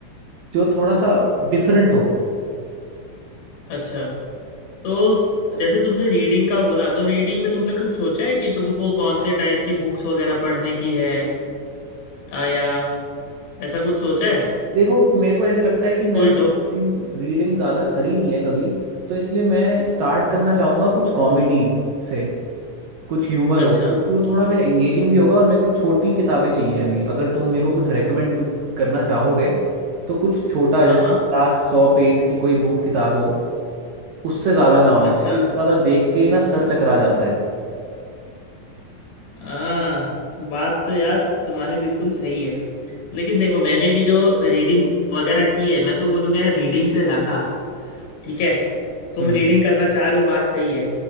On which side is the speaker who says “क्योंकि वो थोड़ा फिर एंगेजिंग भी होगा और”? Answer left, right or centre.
Right